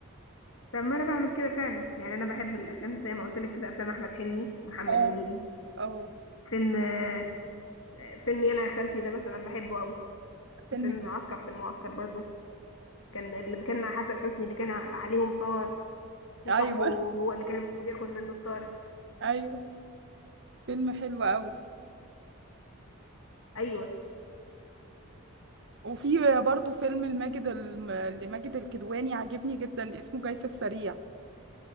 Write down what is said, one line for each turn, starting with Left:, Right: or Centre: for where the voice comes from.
Left: طب ما انا بعمل كده فعلا يعني انا بحب الافلام زي ما قلت لك كده افلام احمد حلمي ومحمد
Right: اه
Left: هنيدي
Right: اه
Left: فيلم آه، آه، فيلم انا يا خالتي ده مثلا بحبه قوي
Right: فيلم
Left: فيلم
Right: كوميدي.
Left: معسكر في المعسكر برضو كان اللي كان مع حسن حسني اللي كان ع- عليهم طار وصاحبه
Right: ايوه
Left: هو اللي كان المفروض ياخد منه الطار
Right: <laughs> ايوه فيلم حلو قوي
Left: ايوه
Right: وفي برضه فيلم لماجد الم- لماجد الكدواني عاجبني جدا اسمه جاي في السريع